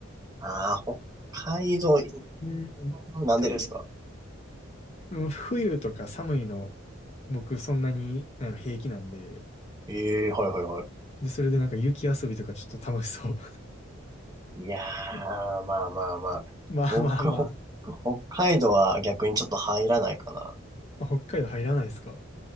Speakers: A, on the right (about 20°); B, on the left (about 30°).
A: ああ、北海道、う
B: うん。
A: ーん、なんでですか
B: ちょっと、うん、冬とか寒いの、僕そんなに、なんやろ平気なんで、
A: ええーはいはいはい。
B: で、それでなんか雪遊びとかちょっと楽しそう。
A: いやー、
B: <laughs>
A: まあまあまあ。
B: まあまあま
A: 僕、北、北海道は逆にちょっと入らないかな。
B: あ、北海道入らないですか